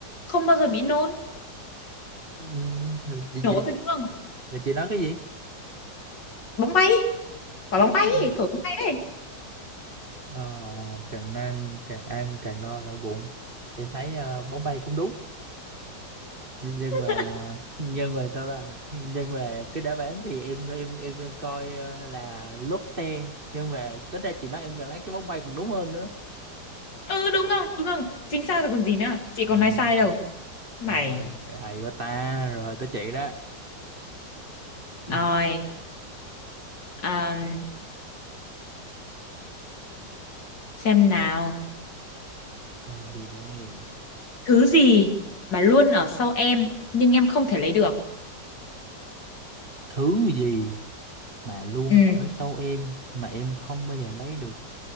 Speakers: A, on the left; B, on the right.
A: không bao giờ bị nôn
B: ừ, là chị,
A: nổ
B: chị
A: thôi đúng không
B: là chị nói cái gì
A: bóng bay quả
B: bóng
A: bóng bay thổi bóng bay đấy
B: ờ, càng ăn càng ăn càng no cả bụng em thấy ờ, bóng bay cũng đúng nhưng
A: <laughs>
B: mà ờ, nhưng mà sao ta nhưng mà cái đáp án thì em em em em coi ờ, là lốp xe nhưng mà tính ra chị nói em là lấy cái bóng bay còn đúng hơn nữa
A: ừ đúng không đúng không chính xác rồi còn gì nữa chị còn
B: à
A: nói sai đâu mày
B: rồi hay quá ta rồi tới chị đó
A: rồi
B: Ừ,
A: um, xem nào
B: coi gì đây
A: thứ gì mà luôn ở sau em nhưng em không thể lấy được
B: thứ gì mà luôn
A: ừ
B: ở sau em mà em không bao giờ lấy được